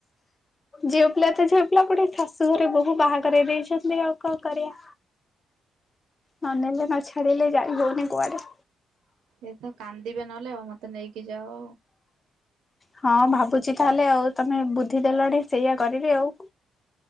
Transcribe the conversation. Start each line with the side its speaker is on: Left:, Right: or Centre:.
Left: ଝିଅ ପିଲା ତ ଝିଅ ପିଲା ପୁଣି ଶାଶୁ ଘରେ ବୋହୁ ବାହା କରେଇ ଦେଇଛନ୍ତି ଆଉ କଣ କରିବା। ନ ନେଲେ ନ ଛାଡିଲେ ଯାଇ ହଉନି କୁଆଡେ।
Right: ଏ ତ କାନ୍ଦିବେ ନହେଲେ ଆଉ ମତେ ନେଇକି ଯାଅ।
Left: ହଁ ଭାବୁଛି ତାହେଲେ ଆଉ ତମେ ବୁଦ୍ଧିଦେଲଣି ସେଇଆ କରିବି ଆଉ।